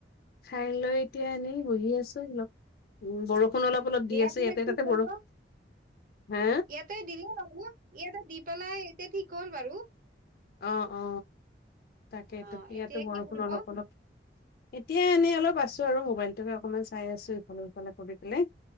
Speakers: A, on the left (about 55°); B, on the right (about 50°).
A: খাই লৈ এতিয়া এনেই বহি আছোঁ, অলপ দেৰি। উম বৰষুণ অলপ অলপ দি
B: দিয়াটো
A: আছে ইয়াতে
B: কি
A: তাতে
B: কৰিব?
A: বৰষুণ হা
B: ইয়াতে দিলে বাৰু, ইয়াতে দি পেলাই এয়া ঠিক হ'ল বাৰু।
A: অ! অ! তাকেই
B: অ'
A: তো, ইয়াততো
B: এতিয়া
A: বৰষুণ
B: কি কৰিব
A: অলপ অলপ এতিয়া এনেই অলপ আছোঁ আৰু মোবাইলটোহে অকমান চাই আছোঁ, ইফালে সিফালে কৰি পেলাই।